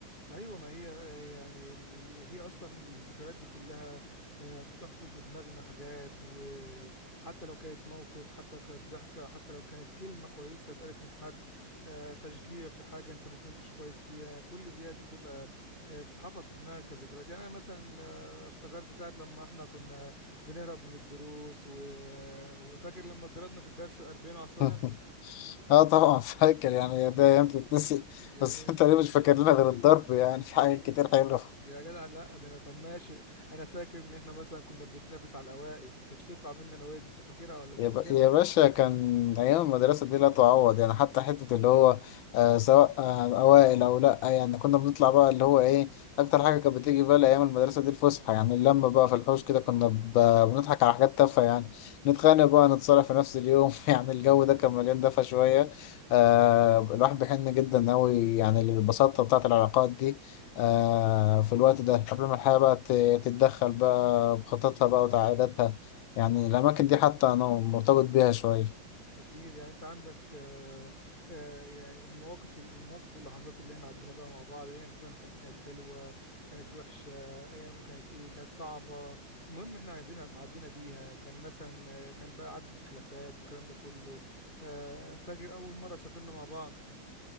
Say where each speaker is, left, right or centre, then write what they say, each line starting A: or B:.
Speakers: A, on the left; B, on the left.
A: ايوه ما هي آه، يعني إن- هي اصلا الذكريات دي كلها آه، بتحفر في دماغنا حاجات وحتى لو كانت موقف حتى لو كانت ضحكه حتى لو كانت كلمه كويسه اتقالت من حد آه، تشجيع في حاجه انت ما كنتش كويس فيها كل ديت بتبقى آه، بتحفر في دماغك كذكريات يعني انا مثلا آه، افتكرت ساعه لما احنا كنا بنهرب من الدروس و- وفاكر لما اتضربنا في الدرس 40 عصايه
B: <laughs> اه طبعا فاكر يعني ده ايام تتنسي
A: يعني
B: بس انت ليه مش فاكر لنا غير الضرب يعني في حاجات كتير حلوه
A: يا جدع لا ده انا طب ماشي انا فاكر ان احنا مثلا كنا بنتنافس على الاوائل ما كانتش تطلع مني انا وين انت فاكرها ولا مش
B: يا
A: فاكرها
B: ب- يا باشا كان أيام المدرسة دي لا تعوض يعني حتى حتة اللي هو آه سواء آه أوائل أو لأ يعني كنا بنطلع بقى اللي هو إيه أكتر حاجة كانت بتيجي في بالي أيام المدرسة دي الفسحة يعني اللمة بقى في الحوش كده كنا ب- بنضحك على حاجات تافهة يعني نتخانق بقى نتصالح في نفس اليوم <laughs> يعني الجو ده كان مليان دفا شوية آه الواحد بيحن جدا أوي يعني للبساطة بتاعة العلاقات دي آه في الوقت ده قبل ما الحياة بقى ت- تتدخل بقى بخططها بقى وتعقيداتها يعني الأماكن دي حتى أنا مرتبط بيها شوية
A: اكيد يعني انت عندك آه، آه، يعني المواقف المواقف واللحظات اللي احنا عدينا بقى مع بعض ايا كان كان- كانت حلوه كانت وحشه ايا كان كانت ايه كانت صعبه المهم احنا عدينا عدينا بيها كان مثلا آه، كان بقى عدت بخلافات والكلام ده كله آه، فاكر اول مره سافرنا مع بعض